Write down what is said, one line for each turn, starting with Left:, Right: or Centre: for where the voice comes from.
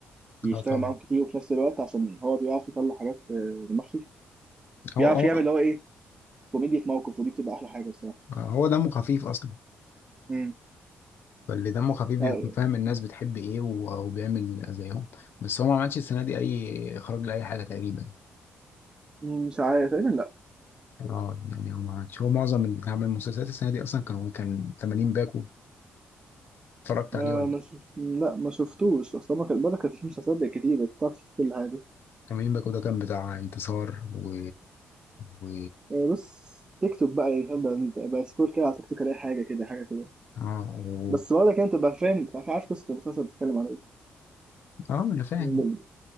Right: بيشتغل
Left: اه طبعا
Right: معاهم كتير وفي نفس الوقت عشان هو بيعرف يطلع حاجات آه، دماغ خفيف بيعرف
Left: هو هو
Right: يعمل اللي هو ايه كوميديا موقف ودي بتبقى احلى حاجه الصراحه
Left: آه هو دمه خفيف اصلا
Right: امم
Left: فاللي دمه خفيف
Right: آه،
Left: بيكون فاهم الناس بتحب ايه و- وبيعمل زيهم بس هو ما عملش السنه دي اي اخراج لاي حاجه تقريبا
Right: مش عارف تقريبا لا
Left: اه يعني هو ما عملش هو معظم اللي عمل مسلسلات السنه دي اصلا كان كان 80 باكو اتفرجت
Right: آه
Left: عليه ولا
Right: ما شف... لا ما شفتوش اصل ما كان ما كانت في مسلسلات بقت كتير بتعرف تشوف كل حاجه
Left: 80 باكو ده كان بتاع انتصار و و
Right: آه بس تيك توك بقى يعني فاهم، بقى, بقى سكور كده على تيك توك الاقي حاجه كده حاجه كده
Left: اه و...
Right: بس برضه كده تبقى فاهم تبقى عارف قصه المسلسل بتتكلم على ايه
Left: اه انا فاهم
Right: م-